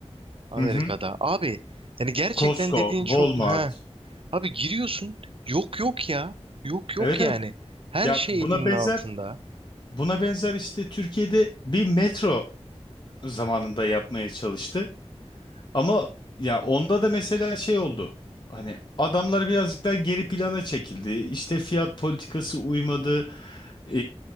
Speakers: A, on the right; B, on the left.
A: Amerika'da
B: Hı hı.
A: abi yani gerçekten
B: Costco,
A: dediğin
B: Walmart.
A: çok ha Abi giriyorsun yok yok ya. Yok yok
B: Evet
A: yani.
B: evet.
A: Her
B: Ya
A: şey
B: buna
A: elinin
B: benzer
A: altında.
B: buna benzer işte Türkiye'de bir metro zamanında yapmaya çalıştı. Ama ya onda da mesela şey oldu. Hani adamlar birazcık daha geri plana çekildi. İşte fiyat politikası uymadı. E,